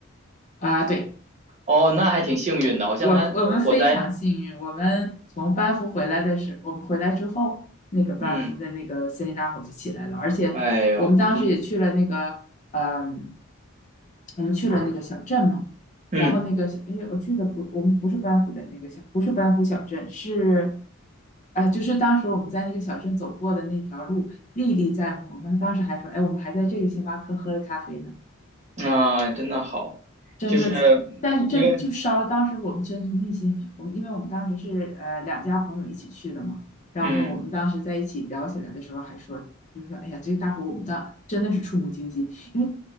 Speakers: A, on the left; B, on the right.
A: 啊、对，
B: 哦，那还挺幸运的，好像他火灾，
A: 我我们非常幸运，我们从班夫回来的时候，我们回来之后，那个班夫的那个森林大火就起来了，
B: 嗯，
A: 而且我们当时也去了那个，
B: 哎呦，真，
A: 嗯，我们去了那个小镇嘛，
B: 嗯
A: 然后那个小，哎，我去的不，我们不是班夫的那个小，不是班夫小镇，是，哎，就是当时我们在那个小镇走过的那条路历历在目，我们当时还说，哎，我们还在这个星巴克喝了咖啡呢。
B: 啊，真的好，
A: 真的，
B: 就是
A: 但是真就烧了。
B: 因为，
A: 当时我们真是内心，我们因为我们当时是呃两家朋友一起去的嘛，然后我们当时在一起聊起来的时候还说，
B: 嗯，
A: 就说哎呀，这个大火我们当真的是触目惊心，因为